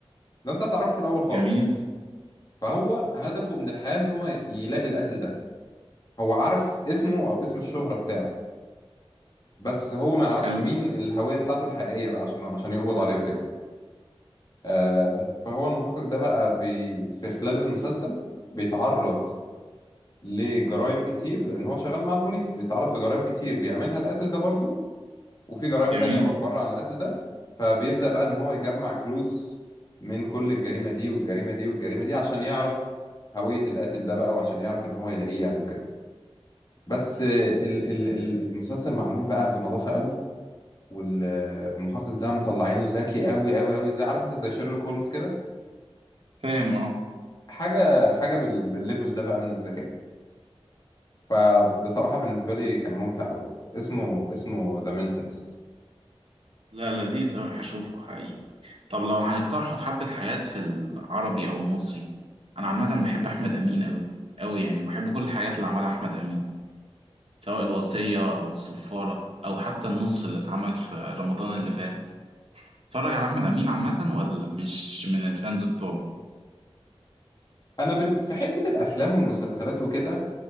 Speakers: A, on the left; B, on the right.
A: ده انت هتعرفه في الاول خالص
B: جميل
A: فهو هدفه من الحياه ان هو يلاقي القاتل ده هو عارف اسمه او اسم الشهره بتاعه بس هو ما يعرفش
B: حلو
A: مين الهويه بتاعته الحقيقيه بقى عشان عشان يقبض عليه وكده آه فهو المحقق ده بقى بي في خلال المسلسل بيتعرض لجرائم كتير لان هو شغال مع البوليس بيتعرض لجرائم كتير بيعملها القاتل ده برضه وفي جرائم
B: جميل
A: تانية ب- بره عن القتل ده فبيبدأ بقى إن هو يجمع كلوز من كل الجريمة دي والجريمة دي والجريمة دي عشان يعرف هوية القاتل ده بقى وعشان يعرف إن هو يلاقيه يعني وكده بس آه، ال- ال- ال- المسلسل معمول بقى بنظافة قوي وال- آه، والمحقق ده مطلعينه ذكي قوي قوي قوي زي عارف انت زي شيرلوك هولمز كده
B: فاهم اه
A: حاجة حاجة بال- بالليفل ده بقى من الذكاء فبصراحة بالنسبة لي كان ممتع قوي اسمه اسمه ذا منتالست
B: لا لذيذ أوي هشوفه حقيقي طب لو هنقترحوا حبة حاجات في العربي أو المصري أنا عامة بحب أحمد أمين أوي أوي يعني وبحب كل الحاجات اللي عملها أحمد أمين سواء الوصية أو الصفارة أو حتى النص اللي اتعمل في رمضان اللي فات اتفرج على أحمد أمين عامة ولا مش من الفانز بتوعه؟
A: انا بن... في حتة الافلام والمسلسلات وكده